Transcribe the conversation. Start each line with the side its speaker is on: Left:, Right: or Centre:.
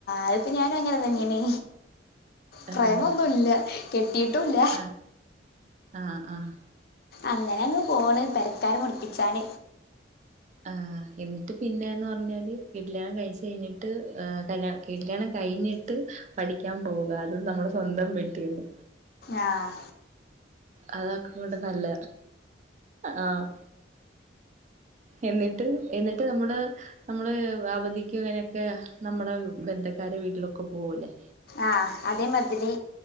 Left: അതിപ്പോ ഞാനും അങ്ങനെ തന്നെയ്ണേ
Right: ആഹ്
Left: പ്രേമൊന്നുല്ല കെട്ടിയിട്ടുല്ല
Right: ആഹ് ആഹ് ആഹ്
Left: അങ്ങനെ അങ്ങ് പോണ്, പെരക്കാരെ മുടിപ്പിച്ചാൻ.
Right: ആഹ് എന്നിട്ട് പിന്നേന്ന് പറഞ്ഞാല് കല്യാണം കഴിച്ചഴിഞ്ഞിട്ട്, കല്യാണം കില്യാണം കഴിഞ്ഞിട്ട്. പഠിക്കാൻ പോകാതെ നമ്മുടെ സ്വന്തം ബെഡ്‌റുമ്.
Left: ആഹ്.
Right: അതക്ക കൊണ്ട് നല്ല ആഹ് എന്നിട്ട് എന്നിട്ട് നമ്മട് നമ്മള് അവധിക്കും ഇങ്ങനെയൊക്കെ നമ്മുടെ ബന്ധക്കാരെ വീട്ടിലൊക്കെ പോകൂലേ?
Left: ആഹ് അതേമാതിരി